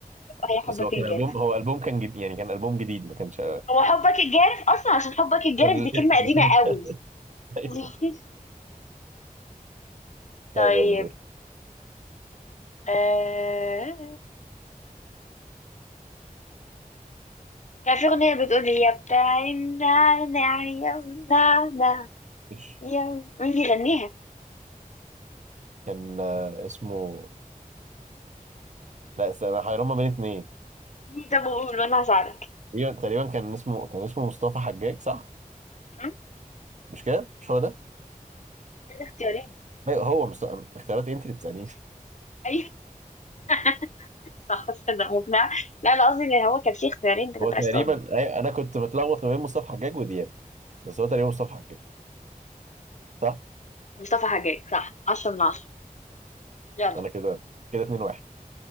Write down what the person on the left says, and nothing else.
هي حبك
الجارف
هو حبك الجارف أصلا عشان حبك الجارف
دي كلمة قديمة
قوي
<laughs>
طيب
آه... كان في أغنية بتقول يا بتاع النعناع يا النعناع
يا مين بيغنيها؟
مين طب قول وأنا هساعدك
م?
كان اختيارين
أيوة <laughs> صح صدق مقنعة لا أنا قصدي إن هو كان في اختيارين أنت
كنت
عايز تقولهم
مصطفى حجاج صح 10 من 10 يلا